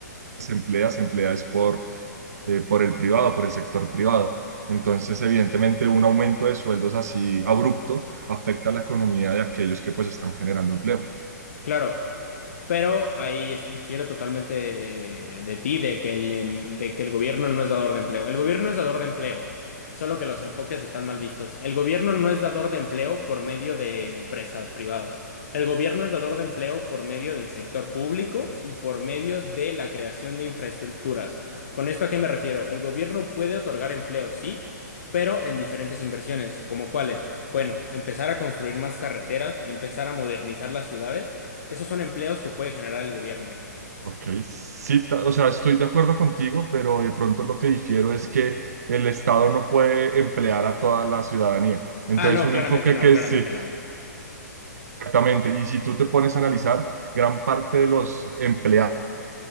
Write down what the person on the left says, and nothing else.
claro, Pero ahí es- difiero totalmente de, de ti, de que el, em- de que el gobierno no es dador de empleo. El gobierno es dador de empleo, solo que los enfoques están mal vistos. El gobierno no es dador de empleo por medio de empresas privadas. El gobierno es dador de empleo por medio del sector público y por medio de la creación de infraestructuras. ¿Con esto a qué me refiero? El gobierno puede otorgar empleo, sí, pero en diferentes inversiones, como cuáles. Bueno, empezar a construir más carreteras y empezar a modernizar las ciudades esos son empleos que puede generar el gobierno.
Ah, no,
claramente
no,
claramente
no.